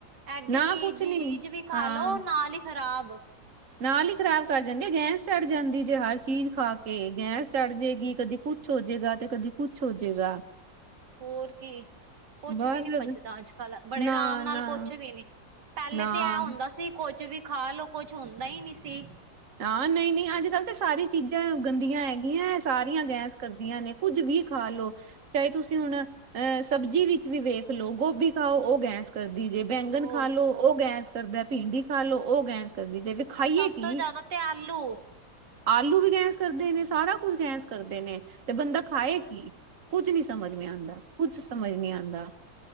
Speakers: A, on the right; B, on the right.
A: ਐਡੀ
B: ਨਾ
A: ਚੀਜ਼ੀਜ਼
B: ਕੁਛ ਨੀ
A: ਵੀ ਖਾ
B: ਹਾਂ।
A: ਲੋੋ ਨਾਲ ਈ ਖਰਾਬ।
B: ਨਾਲ ਈ ਖਰਾਬ ਕਰ ਜਾਂਦੀ ਐ। ਗੈਂਸ ਚੜ੍ਹ ਜਾਂਦੀ ਜੇ ਹਰ ਚੀਜ਼ ਖਾ ਕੇ ਗੈਸ ਚੜ ਜਾਏਗੀ ਕਦੀ ਕੁੱਛ ਹੋਜੇਗਾ ਤੇ ਕਦੀ ਕੁਛ ਹੋਜੇਗਾ।
A: ਹੋਰ ਕੀ ਕੁੱਛ
B: ਬਸ
A: ਵੀ ਨੀ ਪੱਚਦਾ ਅੱਜ-ਕੱਲ ਬੜੇ
B: ਨਾ-ਨਾ,
A: ਰਾਮ ਨਾਲ ਕੁੱਛ ਵੀ ਨੀ ਪੈਲੇ
B: ਨਾ ਨਾ
A: ਤੇ ਐ ਹੋਂਦਾ ਸੀ ਕੁਛ ਵੀ ਖਾ ਲੋ ਕੁੱਛ ਹੋਂਦਾ ਈ ਨੀ ਸੀ
B: ਹਾਂ, ਨੀਂ ਨੀ ਅੱਜ-ਕੱਲ ਤਾਂ ਸਾਰੀ ਚੀਜਾਂ ਗੰਦੀਆਂ ਹੈਗੀਆਂ ਸਾਰੀਆਂ ਗੈਂਸ ਕਰਦੀਆਂ ਨੇ। ਕੁੱਝ ਵੀ ਖਾ ਲੋ ਚਾਏ ਤੁਸੀ ਹੁਣ ਅ ਸਬਜ਼ੀ ਵਿੱਚ ਵੀ ਵੇਖ ਲੋ ਗੋਭੀ ਖਾਓ ਓ ਗੈਸ ਕਰਦੀ ਜੇ, ਬੈਂਗਣ
A: ਉਹ
B: ਖਾ ਲੋ, ਓ ਗੈਸ ਕਰਦੈ ਭਿੰਡੀ ਖਾ ਲੋ ਓ ਗੈਸ ਕਰਦੀ ਜੇ ਖਾਈਏ
A: ਸਭ
B: ਕੀ
A: ਤੋਂ ਜਾਦਾ ਤੇ ਆਲੂ
B: ਆਲੂ ਵੀ ਗੈਸ ਕਰਦੇ ਨੇ ਸਾਰਾ ਕੁਝ ਗੈਸ ਕਰਦੇ ਨੇ ਤੇ ਬੰਦਾ ਖਾਏ ਕੀ। ਕੁੱਝ ਨੀ ਸਮਝ ਮੇ ਆਂਦਾ। ਕੁੱਛ ਸਮਝ ਨੀ ਆਂਦਾ।